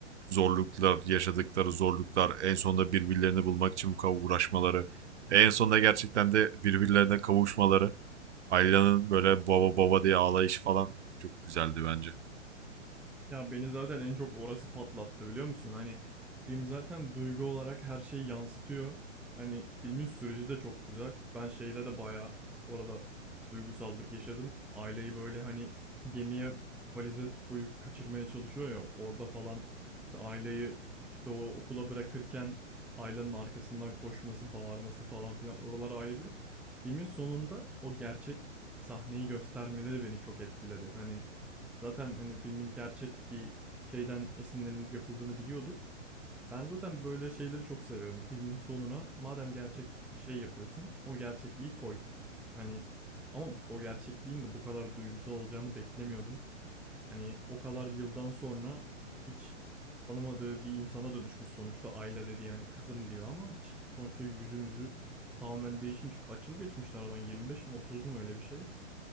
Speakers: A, on the right; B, in the centre.
A: zorluklar, yaşadıkları zorluklar, en sonunda birbirlerini bulmak için bu kadar uğraşmaları, en sonunda gerçekten de birbirlerine kavuşmaları, Ayla'nın böyle baba baba diye ağlayışı falan çok güzeldi bence.
B: Ya beni zaten en çok orası patlattı biliyor musun? Hani film zaten duygu olarak her şeyi yansıtıyor. Hani filmin süreci de çok güzel. Ben şeyde de bayağı bu arada duygusallık yaşadım. Aileyi böyle hani gemiye valize koyup kaçırmaya çalışıyor ya orada falan işte aileyi işte o okula bırakırken ailenin arkasından koşması, bağırması falan filan oralar ayrı. Filmin sonunda o gerçek sahneyi göstermeleri beni çok etkiledi. Hani Zaten hani filmin gerçek bir şeyden esinlenilip yapıldığını biliyorduk. Ben zaten böyle şeyleri çok seviyorum. Filmin sonuna madem gerçek bir şey yapıyorsun, o gerçekliği koy. Hani ama o gerçekliğin de bu kadar duygusal olacağını beklemiyordum. Hani o kadar yıldan sonra hiç tanımadığı bir insana dönüşmüş sonuçta Ayla dedi yani kızım diyor ama hiç sonuçta yüzümüzü tamamen değişmiş. Kaç yıl geçmiş aradan 25 mi 30 mu öyle bir şey?